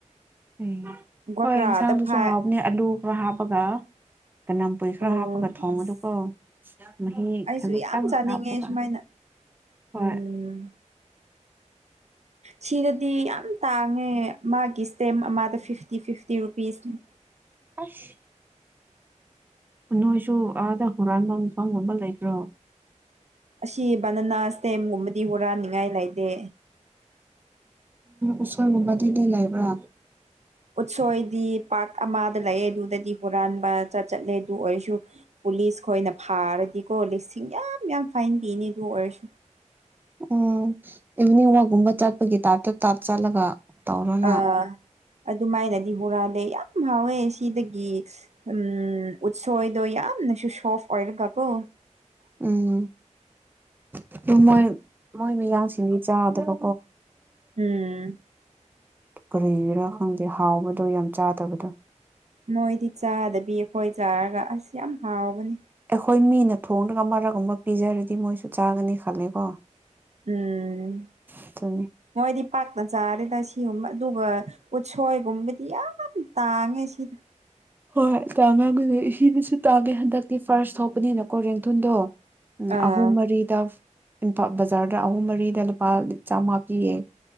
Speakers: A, on the right (about 15°); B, on the right (about 60°).
A: ꯎꯝ
B: ꯒ꯭ꯋꯥꯀ꯭ꯔꯥꯗ
A: ꯍꯣꯏ ꯌꯦꯟꯁꯥꯡꯗꯨꯁꯨ
B: ꯐꯥꯏ
A: ꯍꯥꯎꯕꯅꯦ ꯑꯂꯨ ꯈꯔ ꯍꯥꯞꯄꯒ ꯀꯅꯝ ꯄꯨꯨꯏ ꯈꯔ
B: ꯎꯝ
A: ꯍꯥꯞꯄꯒ ꯊꯣꯡ
B: ꯑꯁ
A: ꯑꯗꯨꯒꯀꯣ ꯃꯍꯤ
B: ꯑꯩꯁꯨ
A: ꯈꯖꯤꯛꯇꯪ
B: ꯌꯥꯝ ꯆꯥꯅꯤꯡꯉꯦ
A: ꯍꯥꯞꯄꯒ
B: ꯁꯨꯃꯥꯏꯅ
A: ꯍꯣꯏ
B: ꯎꯝ ꯁꯤꯗꯗꯤ ꯌꯥꯝ ꯇꯥꯡꯉꯦ ꯃꯥꯒꯤ ꯁ꯭ꯇꯦꯝ ꯑꯃꯗ ꯐꯤꯐꯇꯤ ꯐꯤꯐꯇꯤ ꯔꯨꯄꯤꯁꯅꯤ
A: ꯑꯁ ꯅꯣꯏꯁꯨ ꯑꯥꯗ ꯍꯨꯔꯥꯟꯕ ꯃꯐꯝ ꯑꯃ ꯂꯩꯕ꯭ꯔꯣ
B: ꯑꯁꯤ ꯕꯅꯅꯥ ꯏꯁꯇꯦꯝꯒꯨꯝꯕꯗꯤ ꯍꯨꯔꯥꯅꯤꯉꯥꯏ ꯂꯩꯇꯦ
A: ꯎꯁꯣꯏ ꯒꯨꯝꯕꯗꯤ ꯂꯩ ꯂꯥꯏꯕ꯭ꯔꯥ
B: ꯎꯠꯁꯣꯏꯗꯤ ꯄꯥ ꯑꯃꯗ ꯂꯩꯑꯦ ꯑꯗꯨꯗꯗꯤ ꯍꯨꯔꯥꯟꯕ ꯆꯠꯂꯦ ꯑꯗꯨ ꯑꯣꯏꯔꯁꯨ ꯄꯨꯂꯤꯁ ꯈꯣꯏꯅ ꯐꯥꯔꯗꯤ ꯀꯣ ꯂꯤꯁꯤꯡ ꯌꯥꯝ ꯌꯥꯝ ꯐꯥꯏꯟ ꯄꯤꯅꯤ ꯑꯗꯨ ꯑꯣꯏꯔꯁꯨ
A: <inaudible> ꯎꯝ ꯏꯚꯤꯅꯤꯡ ꯋꯥꯛꯀꯨꯝꯕ ꯆꯠꯄꯒꯤ ꯇꯥꯏꯞꯇ ꯇꯞ ꯆꯠꯂꯒ ꯇꯧꯔꯅ
B: ꯑꯥ ꯑꯗꯨꯃꯥꯏꯅꯗꯤ ꯍꯨꯔꯥꯗꯦ ꯌꯥꯝ ꯍꯥꯎꯋꯦ ꯁꯤꯗꯒꯤ ꯎ ꯎꯠꯁꯣꯏꯗꯣ ꯌꯥꯝ ꯁꯤ ꯁꯣꯐ ꯑꯣꯏꯜ ꯀꯒꯣ
A: ꯎꯝ ꯑꯗꯨ ꯃꯣꯏ ꯃꯣꯏ ꯃꯌꯥꯡꯁꯤꯡꯗꯤ ꯆꯥꯗꯕ
B: ꯎꯝ
A: ꯀꯔꯤꯔꯥ ꯈꯪꯗꯦ ꯍꯥꯎꯕꯗꯣ ꯌꯥꯝ ꯆꯥꯗꯕꯗꯣ
B: ꯃꯣꯏꯗꯤ ꯆꯥꯗꯕꯤ ꯑꯩꯈꯣꯏ ꯆꯥꯔꯒ ꯑꯁ ꯌꯥꯝ ꯍꯥꯎꯕꯅꯤ
A: ꯑꯩꯈꯣꯏ ꯃꯤꯅ ꯊꯣꯡꯗꯒ ꯃꯔꯛꯒꯨꯝꯕ ꯄꯤꯖꯔꯗꯤ ꯃꯣꯏꯁꯨ ꯆꯥꯒꯅꯤ ꯈꯜꯂꯦꯀꯣ
B: ꯎꯝ
A: ꯑꯗꯨꯅꯤ
B: ꯃꯣꯏꯗꯤ ꯄꯥꯛꯇ ꯆꯥꯔꯦꯗ ꯁꯤꯒꯨꯝꯕ ꯑꯗꯨꯒ ꯎꯠꯁꯣꯏꯒꯨꯝꯕꯗꯤ ꯌꯥꯝ ꯇꯥꯡꯉꯦ ꯁꯤꯗ
A: ꯍꯣꯏ ꯇꯥꯡ ꯉꯝꯒꯅꯤ ꯏꯗꯁꯨ ꯇꯥꯡꯒꯦ ꯍꯟꯗꯛꯇꯤ ꯐꯥꯔꯁ ꯊꯧꯕꯅꯤꯅꯀꯣ ꯔꯦꯡꯊꯜꯗꯣ ꯎꯝ
B: ꯑꯥ
A: ꯑꯍꯨꯝ ꯃꯔꯤꯗ ꯏꯝꯐꯥꯜ ꯕꯖꯥꯔꯗ ꯑꯍꯨꯝ ꯃꯔꯤꯗ ꯂꯨꯄꯥ ꯆꯥꯝꯃ ꯄꯤꯌꯦ